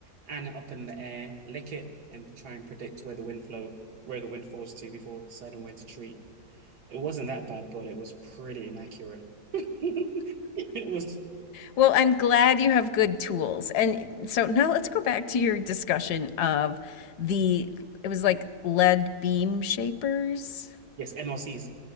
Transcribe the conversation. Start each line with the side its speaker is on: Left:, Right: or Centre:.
Right: and up in the air, lick it, and try and predict where the wind flow, where the wind falls to before deciding where to treat. It wasn't that bad, but it was pretty inaccurate. <laughs> It was
Left: Well, I'm glad you have good tools. And so now let's go back to your discussion of the, it was like lead beam shapers.
Right: Yes, MLCs.